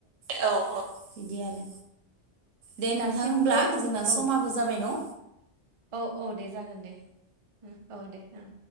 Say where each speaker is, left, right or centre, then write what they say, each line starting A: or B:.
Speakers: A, on the right; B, on the right.
A: औ औ बिदि आरो दे
B: दासिमबो
A: नोंथां होमब्ला जोंना
B: औ
A: समाबो जाबाय न'
B: औ औ दे जागोन दे औ दे ओं